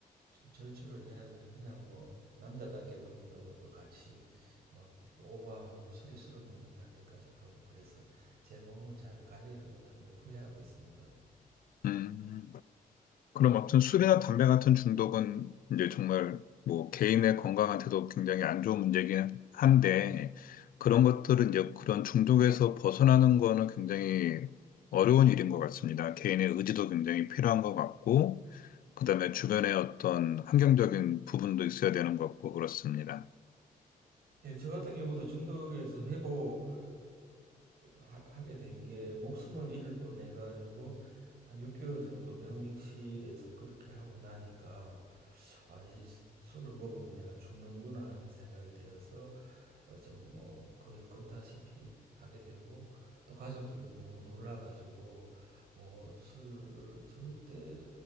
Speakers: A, on the right (about 85°); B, on the left (about 65°).
A: 좀 절주를 해야 되는데 그냥 뭐 남자답게 보인다고 또 같이 막 이렇게 오바하고 술이 술을 먹는 단계까지 가고 그래서 제 몸을 잘 관리를 못한 걸 후회하고 있습니다.
B: 음. 그럼 아무튼 술이나 담배 같은 중독은 이제 정말 뭐 개인의 건강한테도 굉장히 안 좋은 문제긴 한데 그런 것들은 이제 그런 중독에서 벗어나는 거는 굉장히 어려운 일인 것 같습니다. 개인의 의지도 굉장히 필요한 것 같고 그다음에 주변에 어떤 환경적인 부분도 있어야 되는 것 같고 그렇습니다.
A: 예, 저 같은 경우도 중독에서 회복을 하, 하게 된 게 목숨을 잃을 뻔해 가지고 한 6개월 정도 병실에서 그렇게 하고 나니까 아 이제 수- 술을 먹으면 내가 죽는구나 하는 생각이 되어서 어, 좀뭐 거의 꼰타시피 하게 되고 또 가족들도 너무 놀라 가지고 뭐 술을 절대